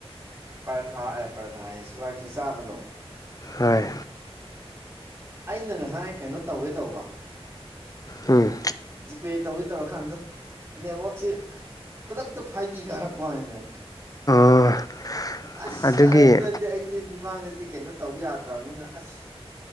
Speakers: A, on the right; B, on the left.
A: ꯄꯔꯊꯥ ꯑꯦ ꯄꯔꯊꯥ ꯑꯦ ꯁꯨꯒꯥꯔ ꯇꯤ ꯆꯥꯝꯕꯗꯣ
B: ꯍꯣꯏ
A: ꯑꯩꯅ ꯉꯁꯥꯏ ꯀꯩꯅꯣ ꯇꯧꯒꯦ ꯇꯧꯕ
B: ꯎꯝ
A: ꯖꯤꯄꯦ ꯇꯧꯒꯦ ꯇꯧꯔꯀꯥꯟꯗ ꯅꯦꯠꯋꯛꯁꯦ ꯈꯨꯗꯛꯇ ꯐꯥꯏꯚ ꯀꯥꯔꯛꯄꯅꯤꯅꯦ
B: ꯑꯣ
A: ꯑꯁ
B: ꯑꯗꯨꯒꯤ
A: ꯑꯗꯨꯗꯗꯤ ꯑꯩꯁꯦ ꯃꯤꯃꯥꯡꯗꯗꯤ ꯀꯩꯅꯣ ꯇꯧ ꯌꯥꯗ꯭ꯔꯕꯅꯤꯅ ꯑꯁ